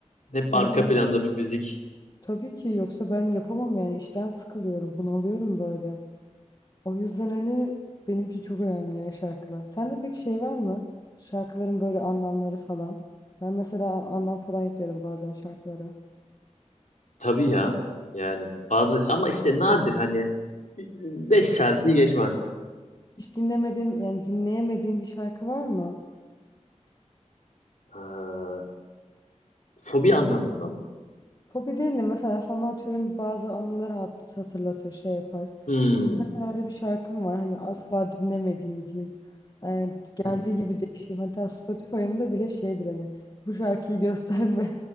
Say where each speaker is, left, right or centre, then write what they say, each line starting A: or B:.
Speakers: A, on the left; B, on the left.
A: Hep
B: Hani
A: arka
B: böyle
A: planda bir müzik.
B: tabii ki yoksa ben yapamam yani işten sıkılıyorum, bunalıyorum böyle. O yüzden hani benimki çok önemli ya şarkılar. Sende peki şey var mı? Şarkıların böyle anlamları falan. Ben mesela anlam falan yüklerim bazen şarkılara.
A: Tabii ya. Yani bazı ama işte nadir hani 5 şarkıyı geçmez.
B: Hiç dinlemediğin yani dinleyemediğin bir şarkı var mı?
A: Ee, fobi anlamında mı?
B: Fobi değil de mesela sana atıyorum bazı anıları hat- hatırlatır şey yapar.
A: Hmm.
B: Mesela öyle bir şarkım var hani asla dinlemediğim diyeyim. Yani geldiği
A: Hı hı.
B: gibi değişim. Hatta Spotify'ımda bile şeydir hani bu şarkıyı gösterme.